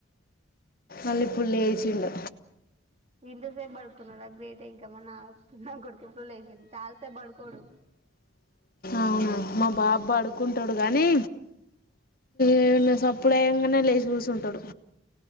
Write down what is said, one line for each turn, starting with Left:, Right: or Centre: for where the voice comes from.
Left: అల్ ఇప్పడు లేచిండు
Right: ఇంతసేపు పడుకున్నాడు అది గ్రేట్ ఇంకా మ నా నా కొడుకి ఎప్పుడు లేచంది చాలా సేపు పడుకోడు
Left: అవునా మా బాబ్ పడుకుంటాడు కానీ ఏవన్నా సప్పు డయంగానే లేచి కూసుంటాడు